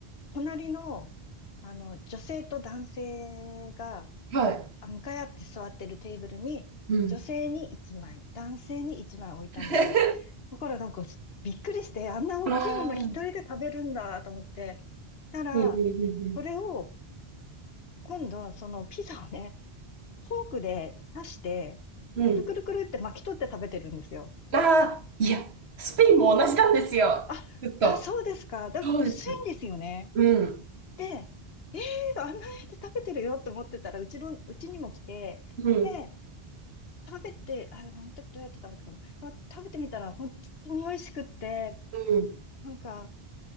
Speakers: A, on the left; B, on the right.
A: 隣の、あの、女性と男性が、
B: はい。
A: あ向かい合って座ってるテーブルに、
B: うん。
A: 女性に1枚、男性に1枚置いたんですよ。
B: <laughs>
A: だからなんか、びっくりして、あんな大きいもの一人で食べるんだと思って。
B: ああ、うんうん
A: たら、
B: う
A: それを、今度、そのピザをね、フォークで刺して、
B: んうん。
A: くるくるくるって巻き取って食べてるんですよ。
B: うん。ああ、いや、スペインも同じなんですよ。
A: あ、
B: ずっと。
A: いや、そうですか。だ、
B: そうです。
A: 薄いんですよね。
B: うん。
A: で、えー、あんなやって食べてるよって思ってたら、うちの、うちにも来て、
B: うん。
A: で、食べて、あ、あの時どうやって食べたかな。でも食べてみたら本当に美味しくって、
B: うん。
A: なんか、